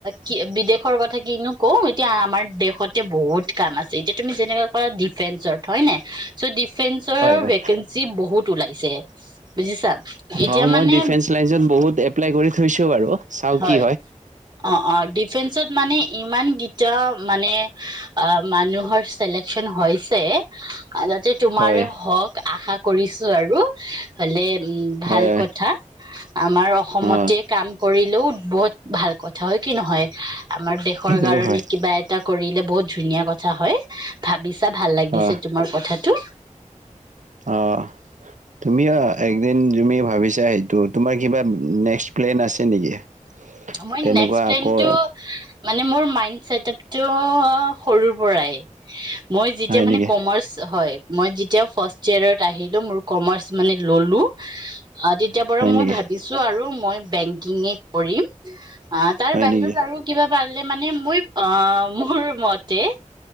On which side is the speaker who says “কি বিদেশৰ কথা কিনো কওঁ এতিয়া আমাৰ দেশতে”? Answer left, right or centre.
Right